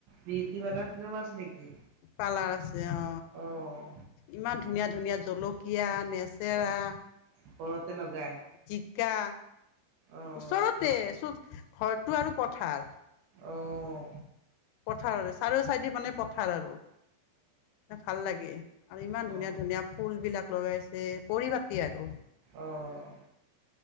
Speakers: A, on the right; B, on the left.
A: প্ৰীতি নামৰ সিও আছে নেকি
B: পাৰ্লাৰ আছে অ
A: অ',
B: ইমান ধু ধুনীয়া ধুনীয়া জলকীয়া লেচেৰা
A: অ', ঘৰতে লগাই
B: জিকা
A: অ',
B: ওচৰতে চ ঘৰটো আৰু পথাৰ
A: অহ
B: পথাৰত আছে চাৰো চাইডি মানে পথাৰ আৰু ভাল লাগে আৰু ইমান
A: অ',
B: ধুনীয়া ধুনীয়া ফুলবিলাক লগাইছে। পৰিপাটি আৰু
A: অ',